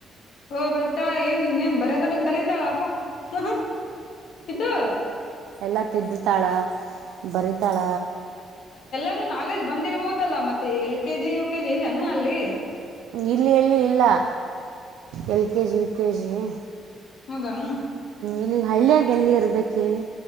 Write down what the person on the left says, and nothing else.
ಹ ಬರಿತಾಳ ಏನ್ ಇನ್ನೇನ್ ಬರದನ್ನ ಕಲೀತಾಳ ಅಬ್ಬಾ ಹ ಹ ಇದು
ಹೂ ನಾಲೆಜ್ ಬಂದಿರ್ಬೋದಲ್ಲಾ ಮತ್ತೆ L K G U K G ಇಲ್ಲನಾ ಅಲ್ಲಿ?
ಹೌದಾನ್